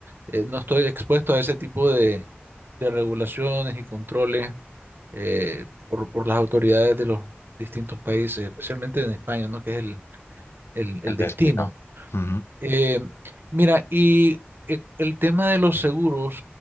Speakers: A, on the right (about 55°); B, on the left (about 80°).
A: eh, no estoy expuesto a ese tipo de, de regulaciones y controles eh, por, por las autoridades de los distintos países, especialmente en España, ¿no? Que es el, el- el
B: El
A: destino.
B: destino. Ujú.
A: Eh, mira, y eh, el tema de los seguros,